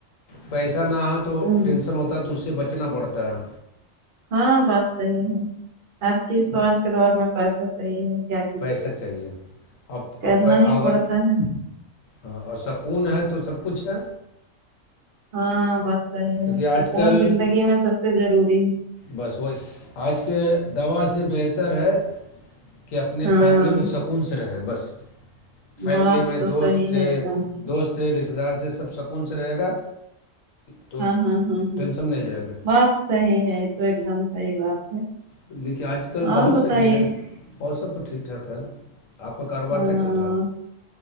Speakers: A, on the left; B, on the right.
A: پیسہ نہ آ تو
B: ہوں،
A: ٹینسن ہوتا ہے تو اس سے بچنا پڑتا ہے
B: ہاں بات صحیح ہے ہر چیز س آج کے دور میں پیسے صحیح ہے کیا کیجے
A: پیسہ
B: گا
A: چاہیے اور
B: کرنا
A: اگر
B: ہی پڑتا ہے
A: ہاں اور سکون ہے تو سب کچھ ہے
B: ہاں بات صحی
A: لیکن
B: ہے تو
A: آج
B: کون
A: کل
B: زندگی میں سب سے ضروری ہے
A: بس وہی آج کے دوا سے بہتر ہے کہ اپنے
B: ہاں
A: فیملی میں سکون سے رہے بس فیملی
B: بات
A: میں
B: تو
A: دوست
B: صحیح
A: سے
B: ہے ایک دم
A: دوست سے رشتتے دار سے سب سکون سے رہے گا تو
B: ہاں ہاں ہاں ہاں
A: ٹینشن نہیں رہے گا
B: بات صحیح ہے تو ایک دم صحی بات ہے
A: لیکن آج کل بہت
B: اور
A: سا
B: بتائیے
A: چیز ہے اور سب تو ٹھیک ٹھاک ہے آپ کا کاروبار
B: ہاں
A: کیا چل رہا ہے